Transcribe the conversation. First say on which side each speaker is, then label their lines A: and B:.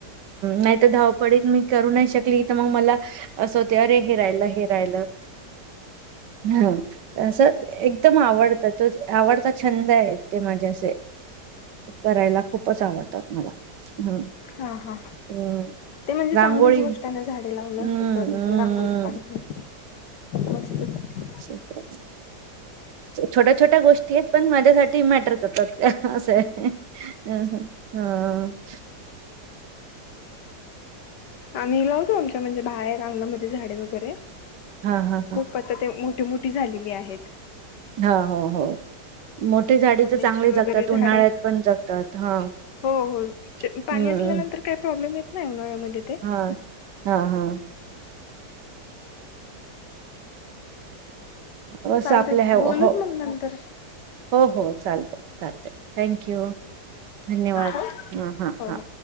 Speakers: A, on the right; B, on the left.
A: नाही तर धाव पडत मी करू नाही शकली तर मग मला असं होते अरे हे राहिलं हे राहिलं हा असं एकदम आवडत तर तो आवडता छंद आहे ते माझ्या असे करायला खूपच आवडतात मला हम्
B: हा हा
A: हम्
B: ते म्हणजे
A: रांगोळी
B: चांगलीच गोष्ट आहे ना झा लावण
A: हम्म
B: हे करण
A: हम्म
B: रांगोळी पाणी मस्तच आहे
A: ते छोट्या छोट्या गोष्टी आहेत पण माझ्यासाठी मॅटर करतात का असं अम ह हा
B: आम्ही लावतो आमच्या म्हणजे बाहेर अंगणामध्ये झाडे वगैरे
A: हा हा
B: खूप
A: हा
B: पता ते मोठ मोठ मोठी झालेली आहेत
A: हा हो हो मोठे झाडी
B: आंब्याची
A: तर चांगले
B: वगैरे
A: जगतात उन्हाळ्यात
B: झाडे
A: पण जगतात हा
B: हो हो
A: हम्म
B: पाणी असल्यानंतर काही प्रॉब्लेम येत नाही उन्हाळ्यामध्ये ते
A: हा हा हा बस
B: चालते
A: आपल्या ह
B: बोलूत
A: हो
B: मग नंतर
A: हो हो चालते चालत थँक यू धन्यवाद
B: हो
A: ह
B: हो
A: हा हा
B: हो.